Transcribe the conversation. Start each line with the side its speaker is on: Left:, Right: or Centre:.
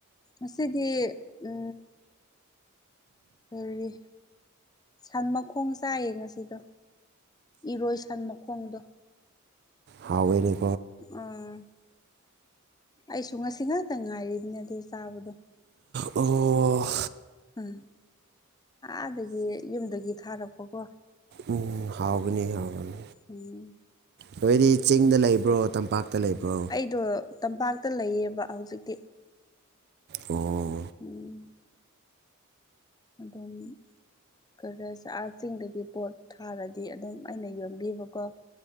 Left: ꯑꯁꯤꯗꯤ ꯎ ꯀꯔꯤ ꯁꯟ ꯃꯈꯣꯡ ꯆꯥꯏꯌꯦ ꯉꯁꯤꯗ ꯏꯔꯣꯏ ꯁꯟ ꯃꯈꯣꯡꯗꯣ
Right: ꯍꯥꯎꯅꯦ
Left: ꯎꯝ ꯑꯩꯁꯨ ꯉꯁꯤ ꯉꯥꯛꯇ ꯉꯥꯏꯔꯤꯕꯅꯦ ꯑꯗꯨ ꯆꯥꯕꯗꯣ
Right: ꯑꯣ
Left: ꯎꯝ ꯑꯗꯒꯤ ꯌꯨꯝꯗꯒꯤ ꯊꯥꯔꯛꯄꯀꯣ
Right: ꯎꯝ ꯍꯥꯎꯒꯅꯤ ꯍꯥꯎꯒꯅꯤ
Left: ꯎꯝ
Right: ꯅꯣꯏꯗꯤ ꯆꯤꯡꯗ ꯂꯩꯕ꯭ꯔꯣ ꯇꯝꯄꯥꯛꯇ ꯂꯩꯕ꯭ꯔꯣ
Left: ꯑꯩꯗꯣ ꯇꯝꯄꯥꯛꯇ ꯂꯩꯌꯦꯕ ꯍꯧꯖꯤꯛꯇꯤ
Right: ꯑꯣ
Left: ꯎꯝ ꯑꯗꯨꯝ ꯈꯔ ꯆꯥꯛꯍꯥꯛꯁꯤꯡꯗꯒꯤ ꯄꯣꯠ ꯊꯥꯔꯗꯤ ꯑꯗꯨꯝ ꯑꯩꯅ ꯌꯣ ꯈꯪꯕꯤꯕꯀꯣ